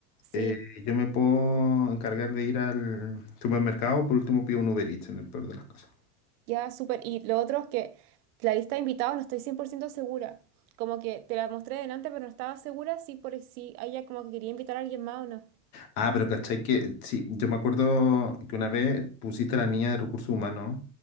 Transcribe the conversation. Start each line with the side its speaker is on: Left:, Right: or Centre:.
Right: Sí,
Left: eh, yo me puedo encargar de ir al supermercado, por último pido un Uber Eats en el peor de las cosas.
Right: ya, súper. Y lo otro es que la lista de invitados no estoy 100% segura. Como que te la mostré delante, pero no estaba segura si por si ella como que quería invitar a alguien más o no.
Left: Ah, pero cachai que, sí, yo me acuerdo que una vez pusiste a la niña de recursos humanos